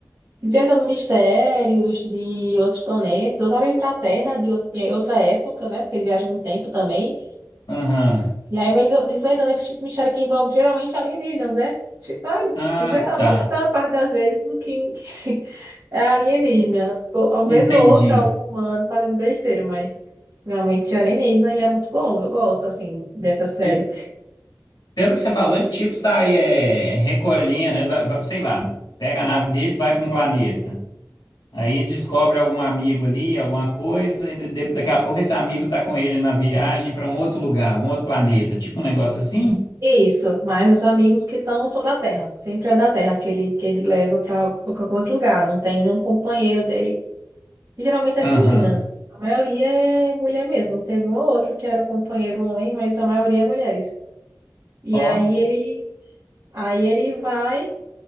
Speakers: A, on the right; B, on the left.
A: desvendando mistérios de outros planetas, ou até mesmo da Terra, de out- em outra época, né? Porque ele viaja no tempo também.
B: aham.
A: E aí, mas eu disse, ainda nesse tipo de mistério que envolve geralmente alienígenas, né? Tipo, ah,
B: Ah,
A: geral,
B: tá.
A: a maior da parte das vezes o que <laughs> é alienígena. Pô, Uma
B: Entendi.
A: vez ou outra, algum humano fazendo besteira, mas realmente é alienígena e é muito bom. Eu gosto, assim, dessa série.
B: Ele- pelo que você falou, ele tipo sai é, recolhendo, ele vai- vai- sei lá, pega a nave dele, vai para um planeta. Aí descobre algum amigo ali, alguma coisa, e de- de- daqui a pouco esse amigo tá com ele na viagem para um outro lugar, um outro planeta. Tipo um negócio assim?
A: E Isso, mas os amigos que estão são da Terra. Sempre é da Terra que ele, que ele leva para qualquer outro lugar. Não tem nenhum companheiro dele. E geralmente é
B: Aham.
A: meninas. A maioria é mulher mesmo. Teve um ou outro que era o companheiro homem, mas a maioria é mulheres. E
B: Ó,
A: aí ele, aí ele vai